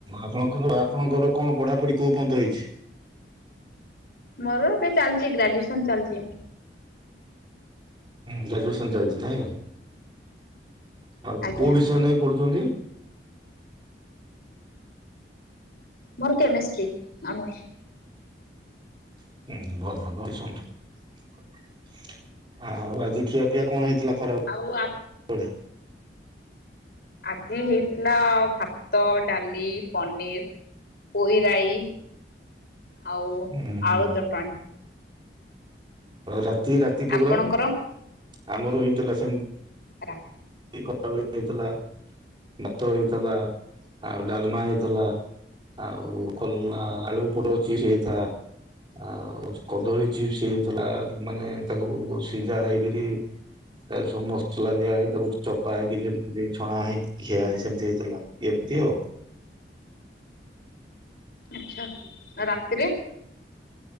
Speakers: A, on the right; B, on the left.
A: ଆପଣଙ୍କର ଆପଣଙ୍କର କଣ ପଢାପଢି କୋଉ ପନ୍ତ ହେଇଚି?
B: ମୋର ଏବେ ଚାଲିଚି ଗ୍ରାଜୁଏସନ ଚାଲିଚି।
A: ଗ୍ରାଜୁଏସନ ଚାଲିଚି ନାଇଁ ଆଉ
B: ଆଜ୍ଞା
A: କୋଉ ବିଷୟ ନେଇ ପଡୁଛନ୍ତି?
B: ମୋର କେମେଷ୍ଟ୍ରି ଅନର୍ସ।
A: <unintelligible> ଆଉ ଆଜି ଖିଆ ପିଆ କଣ ହେଇଥିଲା ଖରାବେଳେ?
B: ଆଉ ଆ
A: କୋଉଟା?
B: ଆଜି ହେଇଥିଲା ଭାତ, ଡାଲି, ପନିର ପୋଇରାଇ ଆଉ
A: ହୁଁ ହୁଁ
B: ଆଳୁ ଚଟଣି।
A: ରାତି ରାତି ପ୍ରୋଗ୍ରାମ
B: ଆପଣଙ୍କର?
A: ଆମର ହେଇଥିଲା ସେମତି
B: ରା
A: ଖରାବେଳେ ହେଇଥିଲା ଭାତ ହେଇଥିଲା ଆଉ ଡାଲମା ହେଇଥିଲା। ଆଉ କଲରା ଆଳୁ ପୋଟଳ ଚିସ ହେଇଥିଲା। ଆଉ କଦଳୀ ଚିପ୍ସ ହେଇଥିଲା ମାନେ ତାକୁ ସିଝା ହେଇକିରୀ ତା ସବୁ ମସଲା ଦିଆ ହେଇ ତାକୁ ଚପା ହେଇକି ଯେମିତି ଛଣା ହେଇକି ଖିଆ ହେଇ ସେମିତି ହେଇଥିଲା ଏମିତି ଆଉ।
B: ଆଚ୍ଛା ରାତିରେ?